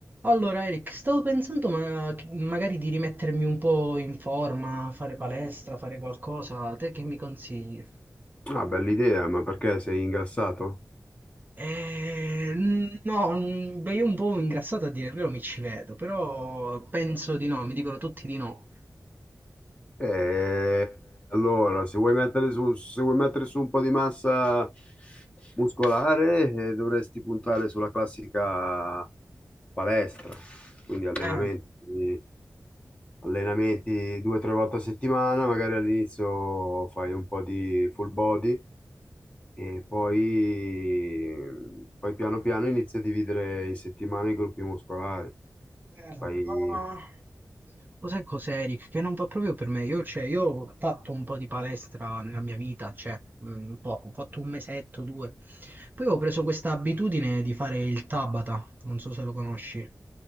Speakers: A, on the right; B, on the left.
A: Allora, Eric, stavo pensando ma- magari di rimettermi un po' in forma, fare palestra, fare qualcosa. Te che mi consigli?
B: Ah, bella idea, ma perché sei ingrassato?
A: Eh, no, mm, beh, io un po' ingrassato a dire il vero mi ci vedo, però penso di no, mi dicono tutti di no.
B: Eh, allora, se vuoi mettere su, se vuoi mettere su un po' di massa muscolare, eh, dovresti puntare sulla classica palestra, quindi allenamenti,
A: Eh,
B: allenamenti due o tre volte a settimana, magari all'inizio fai un po' di full body e poi, poi piano piano inizi a dividere in settimana i gruppi muscolari.
A: Eh,
B: Fai
A: ma lo sai cos'è, Eric? Che non va proprio per me. Io, cioè, io ho fatto un po' di palestra nella mia vita, cioè, mm, un po', ho fatto un mesetto, due. Poi ho preso questa abitudine di fare il Tabata, non so se lo conosci.